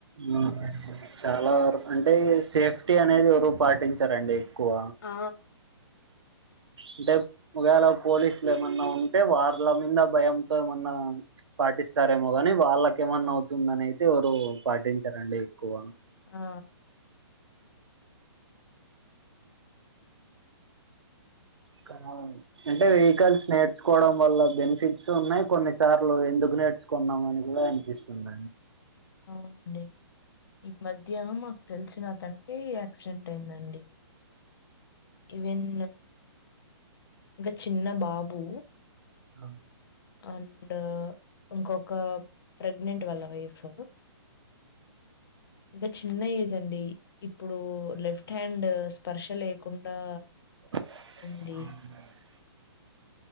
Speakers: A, on the right; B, on the left.
A: ఆ చాలా వరకూ అంటే సేఫ్టీ అనేది ఎవరూ పాటించరండి ఎక్కువ
B: ఆ
A: అంటే ఒకవేళ పోలీసులు ఏమన్నా ఉంటే వాళ్ళ మింద భయంతో ఏమన్నా పాటిస్తారేమో గానీ వాళ్ళకేమన్నా అవుతుందనైతే ఎవరూ పాటించరండి ఎక్కువ
B: ఆ
A: కనౌ అంటే వెహికల్స్ నేర్చుకోవడం వల్ల బెనిఫిట్స్ ఉన్నాయి కొన్ని సార్లు ఎందుకు నేర్చు కొన్నాం అని కూడా అనిపిస్తుంద
B: అవునండి ఈ మధ్యానం మాకు తెలిసిన అతనినికి యాక్సిడెంట్ అయ్యిందండి ఇవెన్ ఒక చిన్న బాబు
A: ఆ
B: అండ్ ఇంకొక ప్రెగ్నెంట్ వాళ్ళ వైఫ్ అంత చిన్న ఏజ్ అండి ఇప్పుడు లెఫ్ట్ హ్యాండ్ స్పర్ష లేకుండా
A: అవు
B: ఉంది.